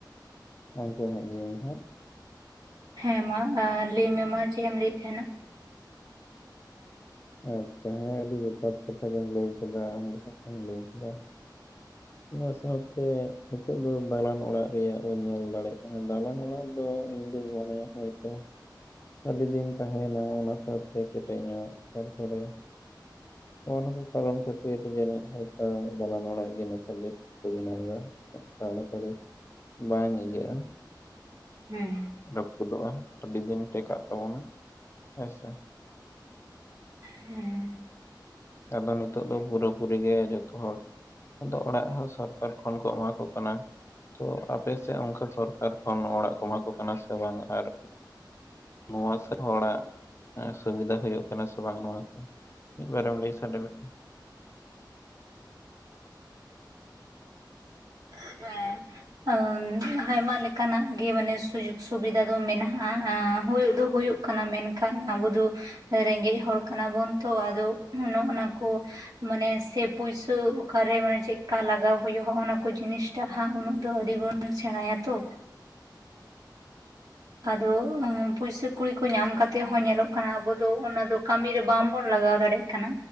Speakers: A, on the left; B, on the right.
A: ᱟᱸᱡᱚᱢᱮᱫ ᱜᱤᱭᱟᱹᱧ ᱦᱟᱸᱜ᱾
B: ᱦᱮᱸ ᱢᱟ ᱟ ᱞᱟᱹᱭ ᱢᱮ ᱢᱟ ᱪᱮᱫ ᱮᱢ ᱞᱟᱹᱭᱮᱫ ᱛᱟᱦᱮᱱᱟ᱾
A: ᱟᱪᱪᱷᱟ ᱦᱮᱸ ᱟᱹᱰᱤ ᱡᱚᱛᱷᱟᱛ ᱠᱟᱛᱷᱟ ᱜᱮᱢ ᱞᱟᱹᱭ ᱟᱠᱟᱫᱟ ᱟᱢ ᱡᱟᱦᱟᱸ ᱠᱚᱢ ᱞᱟᱹᱭ ᱠᱮᱫᱟ᱾ ᱚᱱᱟ ᱥᱟᱶᱛᱮ ᱱᱤᱛᱚᱜ ᱫᱚ ᱫᱟᱞᱟᱱ ᱚᱲᱟᱜ ᱨᱮᱭᱟᱜ ᱵᱚᱱ ᱧᱮᱞ ᱫᱟᱲᱮᱜ ᱠᱟᱱᱟ ᱫᱟᱞᱟᱱ ᱚᱲᱟᱜ ᱫᱚ ᱤᱧ ᱫᱩᱧ ᱢᱚᱱᱮᱭᱟ ᱦᱚᱭᱛᱚ ᱟᱹᱰᱤ ᱫᱤᱱ ᱛᱟᱦᱮᱸᱱᱟ ᱚᱱᱟ ᱥᱟᱶ ᱦᱳᱭ ᱠᱮᱴᱮᱡ ᱧᱚᱜ ᱛᱟᱨᱯᱚᱨᱮ, ᱱᱚᱜ ᱱᱚᱣᱟ ᱠᱚ ᱠᱟᱨᱚᱱ ᱠᱷᱟᱹᱛᱤᱨ ᱛᱮ ᱡᱟᱹᱱᱤᱡ ᱦᱳᱭᱛᱚ <unintelligible> ᱵᱟᱲᱟᱭ ᱜᱮ ᱱᱤᱛᱼᱼᱼ ᱟᱨ ᱡᱟᱥᱛᱤ ᱠᱚ ᱵᱮᱱᱟᱣᱟ ᱛᱟᱲᱟ ᱛᱟᱹᱲᱤ, ᱵᱟᱝ ᱤᱭᱟᱹᱜ-ᱟ,
B: ᱦᱩᱸ᱾
A: ᱨᱟᱯᱩᱫᱚᱜᱼᱟ ᱟᱹᱰᱤ ᱫᱤᱱ ᱴᱮᱠᱟᱜ ᱛᱟᱵᱚᱱᱟ, ᱦᱮᱸ ᱥᱮ᱾
B: ᱦᱮᱸ᱾
A: ᱟᱫᱚ ᱱᱤᱛᱚᱜ ᱫᱚ ᱯᱩᱨᱟᱹ ᱯᱩᱨᱤ ᱜᱮ ᱡᱷᱚᱛᱚ ᱦᱚᱲ ᱟᱫᱚ ᱚᱲᱟᱜ ᱦᱚᱸ ᱥᱚᱨᱠᱟᱨ ᱠᱷᱚᱱ ᱠᱚ ᱮᱢᱟ ᱠᱚ ᱠᱟᱱᱟ᱾ ᱛᱚ ᱟᱯᱮ ᱥᱮᱫ ᱚᱝᱠᱟ ᱥᱚᱨᱠᱟᱨ ᱠᱷᱚᱱ ᱚᱲᱟᱜ ᱠᱚ ᱮᱢᱟ ᱠᱚ ᱠᱟᱱᱟ ᱥᱮ ᱵᱟᱝ? ᱟᱨ ᱱᱚᱣᱟ ᱥᱮ ᱦᱚᱲᱟᱜ ᱮᱸ ᱥᱩᱵᱤᱫᱟ ᱦᱳᱭᱳᱜ ᱠᱟᱱᱟ ᱥᱮ ᱵᱟᱝ ᱱᱚᱣᱟ ᱛᱮ? ᱢᱤᱫ ᱵᱟᱨᱮᱢ ᱞᱟᱹᱭ ᱥᱟᱰᱮ ᱞᱮᱠᱷᱟᱱ,
B: <inaudible> ᱟᱢ ᱦᱟᱭᱢᱟ ᱞᱮᱠᱟᱱᱟᱜ ᱜᱮ ᱢᱟᱱᱮ ᱥᱩᱡᱳᱜᱽ ᱥᱩᱵᱤᱫᱟ ᱫᱚ ᱢᱮᱱᱟᱜᱼᱟ, ᱦᱩᱭ ᱫᱚ ᱦᱩᱭᱩᱜ ᱠᱟᱱᱟ ᱢᱮᱱᱠᱷᱟᱱ ᱟᱵᱚ ᱫᱚ, ᱮᱸ ᱨᱮᱜᱮᱡ ᱦᱚᱲ ᱠᱟᱱᱟ ᱵᱚᱱ ᱛᱚ ᱟᱫᱚ ᱚᱱᱚ ᱚᱱᱟ ᱠᱚ ᱢᱟᱱᱮ ᱥᱮ ᱯᱩᱭᱥᱟᱹ ᱚᱠᱟᱨᱮ ᱢᱟᱱᱮ ᱪᱮᱫᱠᱟ ᱞᱟᱜᱟᱣ ᱦᱩᱭᱩᱜ ᱦᱚᱸ ᱚᱱᱟ ᱠᱚ ᱡᱤᱱᱤᱥ ᱴᱟᱜ ᱦᱟᱸᱜ ᱩᱱᱟᱹᱜ ᱫᱚ ᱟᱣᱨᱤ ᱵᱚᱱ ᱥᱮᱬᱟᱭᱟ ᱛᱚ, ᱟᱫᱚ <inaudible> ᱯᱩᱭᱥᱟᱹ ᱠᱩᱲᱤ ᱠᱚ ᱧᱟᱢ ᱠᱟᱛᱮᱫ ᱦᱚᱸ ᱧᱮᱞᱚᱜ ᱠᱟᱱᱟ ᱟᱵᱚ ᱫᱚ ᱚᱱᱟ ᱫᱚ ᱠᱟᱢᱤ ᱨᱮ ᱵᱟᱝ ᱵᱚᱱ ᱞᱟᱜᱟᱣ ᱫᱟᱲᱮᱜ ᱠᱟᱱᱟ,